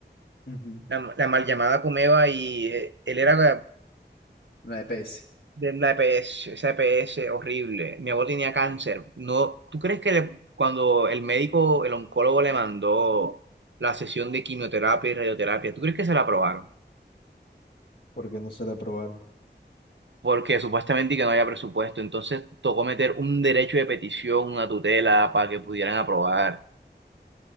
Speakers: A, on the left (about 60°); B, on the right (about 85°).
A: Ujú.
B: la, la mal llamada Comeva y eh, él era
A: La EPS.
B: de la EPS, esa EPS horrible. Mi abuelo tenía cáncer. No, ¿tú crees que le- cuando el médico, el oncólogo le mandó la sesión de quimioterapia y radioterapia, ¿tú crees que se la aprobaron?
A: Porque no se la aprobaron.
B: Porque supuestamente que no había presupuesto, entonces tocó meter un derecho de petición, una tutela para que pudieran aprobar